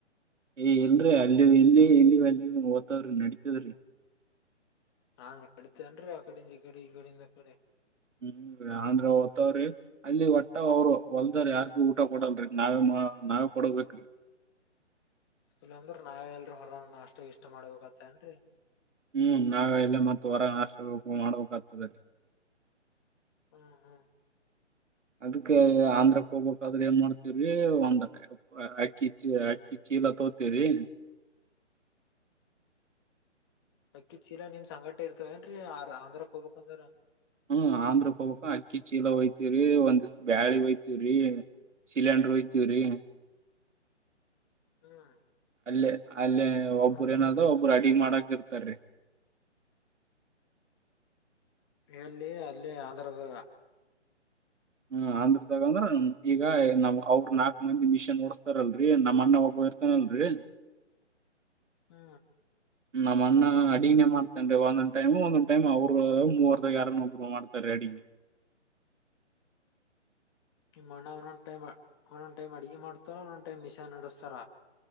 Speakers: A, on the right; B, on the left.
A: ಏ ಇಲ್ರರಿ ಅಲ್ಲಿ ಇಲ್ಲಿ ಇಲ್ಲಿ ಅಲ್ಲಿ ಓ್ತವ್ರಿ ನಡಿತದ್ರಿ
B: ಅಂ ನಡಿತೇನ್ರರಿ ಆ ಕಡಿಂದ ಈ ಕಡೆ ಈ ಕಡಿಂದ ಆ ಕಡೆ
A: ಹ್ಮ್ ಅಂದ್ರ ಓದ್ತವ್ರಿ ಅಲ್ಲಿ ಒಟ್ಟ ಅವರು ಹೊಲ್ದರ್ ಯಾರ್ಗು ಊಟ ಕೊಡಲ್ರಿ ನಾವೇ ನಾವೇ ಕೊಡಬೇಕ್ರಿ
B: ಇಲ್ಲಾಂದ್ರೆ ನಾವ ಎಲ್ರ ಹೊರ ನಾಷ್ಟ ಗಿಷ್ಟ ಮಾಡ್ಬೇಕತ್ತೇ ಏನ್ರರಿ
A: ಹ್ಮ್ ನಾವೆ ಎಲ್ಲ ಮತ್ತ ಹೊರಗ ನಾಷ್ಟ ಮಾಡ್ಬೇಕಾಗ್ತದೆ
B: ಹ್ಮ ಹಾ
A: ಅದಕ್ ಆಂಧ್ರಕ್ಕೆ ಹೋಗ್ಬೇಕಾದ್ರೆ ಏನ್ ಮಾಡ್ತವ್ರಿ ಒಂದ ಅಕ್ಕಿಚ್ಚಿ ಅಕ್ಕಿಚ್ಚಿ ಚೀಲ ತೋಕೊತೀವಿ ರಿ
B: ಅಕ್ಕಿತ್ ಚೀಲಾ ನಿಮ್ ಸಂಗಟೆ ಇರ್ತವ ಏನ್ರೀ ಆ ಆಂಧ್ರಕ್ ಹೋಗಬೇಕಂದ್ರ
A: ಹ್ಮ್ ಆಂದ್ರ ಹೋಗ್ಬೇಕಂದ್ರ ಅಕ್ಕಿ ಅಕ್ಕಿ ಚೀಲ ಹೊಯ್ತೀವಿ ಒಂದ್ಸ್ ಬ್ಯಾಳಿ ಹೊಯ್ತವ್ರಿ ಸಿಲೆಂಡ್ರ್ ಹಯ್ತವ್ರಿ
B: ಹ್ಮ್
A: ಅಲ್ಲೇ ಅಲ್ಲೇ
B: ಹಾ
A: ಒಬ್ಬರು
B: ಹಾ
A: ಏನಾದ್ ಒಬ್ಬರು ಅಡಿಗ ಮಾಡಕ ಇರ್ತಾರಿ.
B: ಎಲ್ಲಿ ಅಲ್ಲಿ ಆಂಧ್ರದಗ
A: ಹ್ಮ ಅಂದ್ರದಾಗಂದ್ರ ಈಗ ನಾವ್ ಅವ್ರ ನಾಕ್ ಮಂದಿ ಮಿಷನ್ ಓಡಸ್ತಾರಲ್ರರಿ ನಮ್ಮ್ ಅಣ್ಣ ಒಬ್ಬ ಬರ್ತಾನಲ್ಲ ರೀ
B: ಹ್ಮ
A: ನಮ್ಮ ಅಣ್ಣ ಅಡಿಗಿನೆ ಮಾಡ್ತಾನನ್ ಒಂದೊಂದ್ ಟೈಮ ಒಂದ್ ಟೈಮ್ ಅವ್ರು ಮೂವರ್ದಾಗ ಯಾರನ್ನ ಒಬ್ರು ಮಾಡ್ತಾರೆ. ಅಡಿಗಿ
B: ನಿಮ್ಮ ಅಣ್ಣ ಒಂದೊಂದ್ ಟೈಮ್ ಒಂದೊಂದು ಟೈಮ್ ಅಡಗೆ ಮಾಡ್ತಾರ ಒಂದೊಂದ್ ಟೈಮ್ ಮಿಷನ್ ನಡೆಸ್ತಾರ.